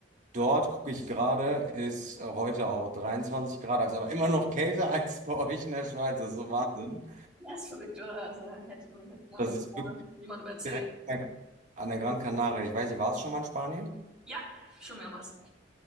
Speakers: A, on the right (about 45°); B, in the centre.
A: dort gucke ich gerade, ist äh, heute auch 23 Grad, also aber immer noch kälter <laughs> als bei euch in der Schweiz. Das ist so Wahnsinn.
B: Das ist verrückt, oder? Also hätte, hätte man
A: Das
B: das
A: ist
B: mal
A: wirklich
B: jemandem erzählt.
A: direkt an der Gran Canaria. Ich weiß nicht, war es schon mal in Spanien?
B: Ja, schon mehrmals.